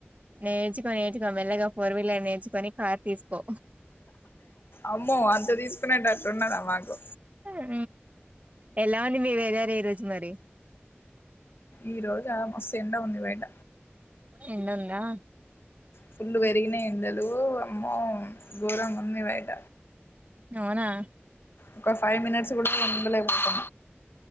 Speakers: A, on the right; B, on the left.
A: నేర్చుకో నేర్చుకో మెల్లగా ఫోర్ వీలర్ నేర్చుకొని కార్ తీసుకో
B: అమ్మో అంత తీసుకునేటట్టు ఉన్నదా మాకు
A: ఉ ఎలా ఉంది మీ వ వెేదార ఈ రోజు మరి
B: ఈ రోజా ఆ మస్తు ఎండ ఉంది బయట
A: ఎండ ఉందా
B: ఫుల్లు పెరిగిన ఎండలు అమ్మో గోరం ఉంది బయట
A: అవునా
B: ఒక ఫైవ్ మినిట్స్ కూడా ఉండలేపోతుం